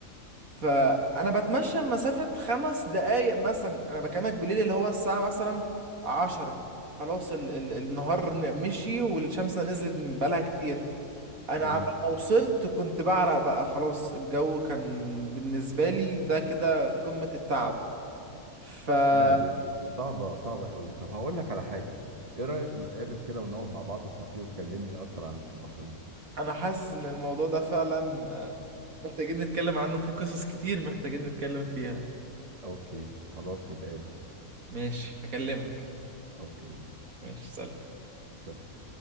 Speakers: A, on the right; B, on the right.
A: فانا بتمشى مسافه خمس دقايق مثلا انا بكلمك بالليل اللي هو الساعه مثلا عشرة خلاص ال ال النهار ن- مشي والشمس نزلت من بقالها كتير انا
B: تمام
A: عبال ما وصلت كنت بعرق بقى خلاص الجو كان بالنسبه لي ده كده قمه التعب فانا
B: يا دي, دي, دي صعبة صعبة قوي طب هقول لك على حاجة ايه رأيك نتقابل كده ونقعد مع بعض في كافيه وتكلمني اكتر عن البحرين
A: حاسس ان الموضوع ده فعلا آه، محتاجين نتكلم عنه في قصص كتير محتاجين نتكلم فيها
B: اوكي خلاص نتقابل
A: ماشي هكلمك
B: اوكي
A: ماشي سلام
B: سلام